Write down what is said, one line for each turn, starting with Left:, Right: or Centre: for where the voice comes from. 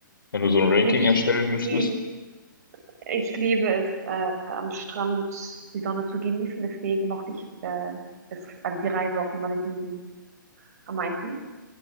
Left: wenn du so ein Ranking
Right: ich,
Left: erstellen müsstest?
Right: die, Ich liebe es, äh, am Strand die Sonne zu genießen. Deswegen mochte ich äh, es, also die Reise auf den Malediven am meisten.